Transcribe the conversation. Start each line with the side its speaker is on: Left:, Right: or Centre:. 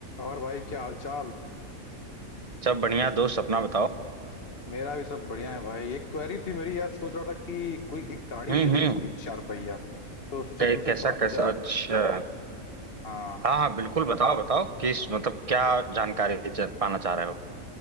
Left: और भाई क्या हालचाल
Right: सब बढ़िया दोस्त अपना बताओ
Left: मेरा भी सब बढ़िया है भाई एक क्वेरी थी मेरी यार सोच रहा था कि कोई एक गाड़ी
Right: हम्म
Left: मुझे लेनी
Right: हम्म
Left: थी चार पहिया तो सोचा
Right: कै,
Left: तुमसे
Right: कैसा
Left: बात हो
Right: कैसा
Left: जाए
Right: अच्छा
Left: हाँ
Right: हाँ हाँ बिल्कुल बताओ बताओ किस मतलब क्या जानकारी च- पाना चाह रहे हो